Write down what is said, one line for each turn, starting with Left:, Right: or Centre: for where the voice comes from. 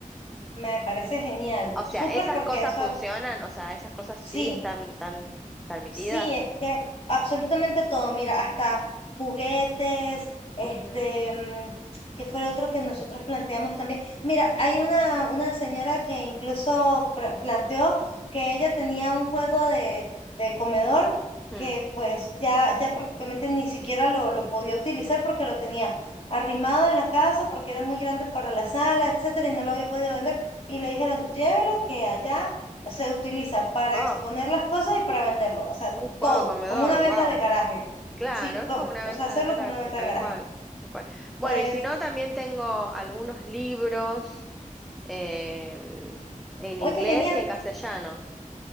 Left: me parece genial.
Centre: O sea,
Left: Súper
Centre: esas
Left: porque
Centre: cosas
Left: eso,
Centre: funcionan, o sea, esas cosas
Left: sí.
Centre: sí están tan permitidas.
Left: Sí, es que absolutamente todo, mira, hasta juguetes, este,
Centre: Ujú,
Left: mm, ¿qué fue lo otro que nosotros planteamos también? Mira, hay una, una señora que incluso pra- planteó que ella tenía un juego de, de comedor
Centre: ujú.
Left: que pues ya, ya prácticamente ni siquiera lo, lo podía utilizar porque lo tenía arrimado en la casa, porque era muy grande para la sala, etcétera, y no lo había podido vender. Y le dijeron, llévelo que allá se utiliza para
Centre: Oh,
Left: exponer las cosas y para venderlo, o sea,
Centre: un juego
Left: todo,
Centre: de comedor,
Left: como una
Centre: wow.
Left: venta de garaje.
Centre: Claro,
Left: Sí,
Centre: es
Left: como-
Centre: como una
Left: o
Centre: venta
Left: sea, hacerlo
Centre: de garaje,
Left: como una venta
Centre: tal
Left: de garaje.
Centre: cual, tal cual. Bueno,
Left: Pues,
Centre: y si no, también tengo algunos libros em, en
Left: oye,
Centre: inglés
Left: genial,
Centre: y en castellano.